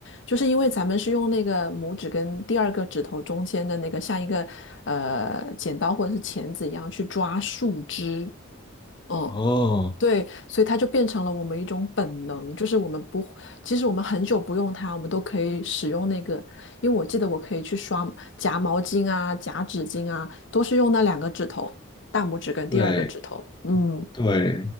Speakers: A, on the left (about 55°); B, on the left (about 20°).
A: 就是因为咱们是用那个拇指跟第二个指头中间的那个像一个呃剪刀或者是钳子一样去抓树枝。嗯，
B: 哦，
A: 对，所以它就变成了我们一种本能，就是我们不，即使我们很久不用它，我们都可以使用那个。因为我记得我可以去刷夹毛巾啊、夹纸巾啊，都是用那两个指头，大拇指跟第二个指头。
B: 对。
A: 嗯，
B: 对，